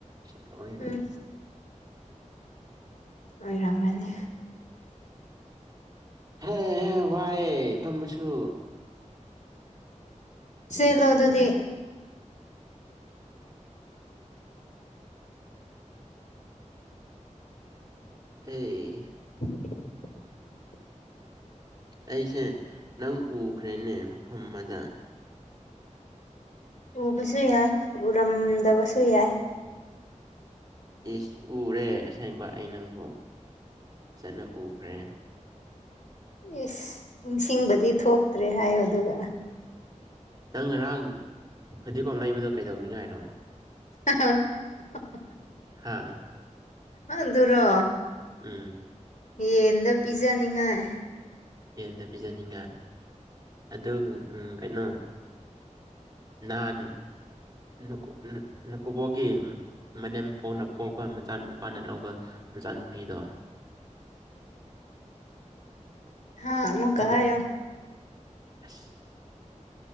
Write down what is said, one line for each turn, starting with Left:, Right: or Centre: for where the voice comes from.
Right: ꯁꯤ ꯂ‌ꯣꯏꯅ
Left: ꯎꯝ ꯑꯣꯏꯔꯝꯃꯅꯤ
Right: ꯍꯦ ꯍ‌ꯦ ꯋꯥꯏꯑꯦ ꯐꯝꯕꯁꯨ
Left: ꯆ‌ꯦꯜꯂꯣ ꯑꯗꯨꯗꯤ
Right: ꯑꯦ
Left: <unintelligible>
Right: ꯑꯩꯁꯦ ꯅꯪ ꯎꯈ꯭ꯔꯦꯅꯦ ꯃꯐꯝ ꯑꯃꯗ
Left: ꯎꯕꯁꯨ ꯌꯥꯏ ꯎꯔꯝꯗꯕꯁꯨ ꯌꯥꯏ
Right: ꯏꯁ ꯎꯔꯦ ꯑꯁꯦꯡꯕ ꯑꯩ ꯅꯪꯕꯨ ꯐꯖꯅ ꯎꯈ꯭ꯔꯦ
Left: ꯏꯁ ꯅꯤꯡꯁꯤꯡꯕꯗꯤ ꯊꯣꯛꯇ꯭ꯔꯦ ꯍꯥꯏꯌꯣ ꯑꯗꯨꯒ
Right: ꯅꯪ ꯉꯔꯥꯡ ꯐꯗꯤꯒꯣꯝ ꯂꯩꯕꯗꯣ ꯀꯩꯗꯧꯅꯤꯉꯥꯏꯔꯣ
Left: <unintelligible>
Right: ꯍꯥꯥ
Left: ꯑꯗꯨꯨꯔꯣ
Right: ꯎꯝ
Left: ꯌꯦꯟꯗ ꯄꯤꯖꯅꯤꯡꯉꯥꯏ
Right: ꯌꯦꯟꯗ ꯄꯤꯖꯅꯤꯡꯉꯥꯏ ꯑꯗꯨꯝ ꯎꯝ ꯀꯩꯅꯣ ꯅꯥꯍꯟ ꯅꯀꯨꯠ ꯅꯀꯨꯕꯣꯛꯒꯤ ꯃꯅꯦꯝ ꯄꯣꯛꯅ ꯄꯣꯛꯄ ꯃꯆꯥꯅꯨꯄꯥꯅ ꯂꯧꯕ ꯃꯆꯥꯅꯨꯄꯤꯗꯣ
Left: ꯍꯥꯥ ꯑꯃꯨꯛꯀ
Right: ꯑꯗꯨ
Left: ꯍꯥꯏꯌꯣ
Right: ꯑꯁ